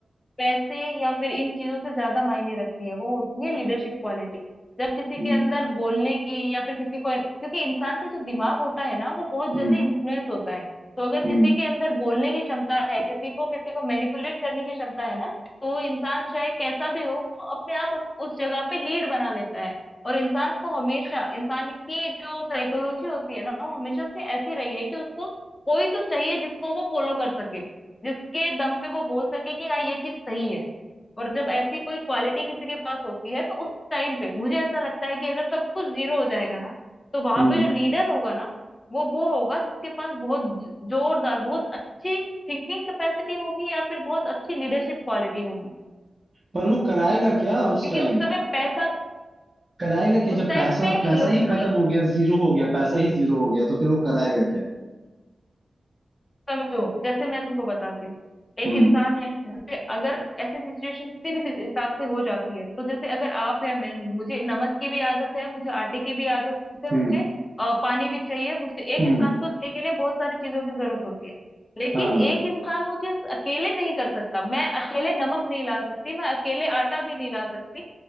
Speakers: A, on the left (about 25°); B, on the right (about 30°).
A: पैसे या फिर इन चीजों से ज्यादा मायने रखती है वो होती है लीडरशिप क्वालिटी जब किसी
B: हम्म
A: के अंदर बोलने की या फिर किसी को क्योंकि इंसान का जो दिमाग होता है ना वो बहुत
B: हम्म
A: जल्दी इन्फ्लुएंस होता है तो अगर
B: हम्म
A: किसी के अंदर बोलने की क्षमता है किसी को किसी को मैनिपुलेट करने की क्षमता है ना तो वो इंसान चाहे कैसा भी हो वो अपने आप उस जगह पे लीड बना लेता है और इंसान को हमेशा इंसान की जो साइकोलॉजी होती है ना वो हमेशा से ऐसी रही है कि उसको कोई तो चाहिए जिसको वो फॉलो कर सके जिसके दम पे वो बोल सके कि हाँ ये चीज सही है और जब ऐसी कोई क्वालिटी किसी के पास होती है तो उस टाइम पे मुझे ऐसा लगता है कि अगर सब कुछ जीरो हो जाएगा ना तो वहां
B: हम्म।
A: पे जो लीडर होगा ना वो वो होगा जिसके पास बहुत ज- जोरदार बहुत अच्छी थिंकिंग कैपेसिटी होगी या फिर बहुत अच्छी लीडरशिप क्वालिटी होगी
B: पर वो कराएगा क्या उस
A: क्योंकि
B: टाइम
A: उस समय पैसा
B: कराएगा क्या
A: उस
B: जब
A: टाइम
B: पैसा
A: पे
B: पैसा
A: लोगों
B: ही खत्म
A: को
B: हो गया जीरो हो गया पैसा ही जीरो हो गया तो फिर वो कराएगा क्या
A: समझो जैसे मैं तुमको बताती हूँ एक
B: हम्म
A: इंसान है जैसे अगर ऐसी सिचुएशन किसी भी सिच- हिसाब से हो जाती है तो जैसे अगर आप है मैं हूँ मुझे नमक की भी आदत है मुझे आटे की भी आदत है
B: हम्म
A: मुझे अ, पानी भी चाहिए मुझे एक
B: हम्म
A: इंसान को देने के लिए बहुत सारी चीजों की जरूरत होती है लेकिन
B: हाँ हाँ
A: एक इंसान वो चीज अकेले नहीं कर सकता मैं अकेले नमक नहीं ला सकती मैं अकेले आटा भी नहीं ला सकती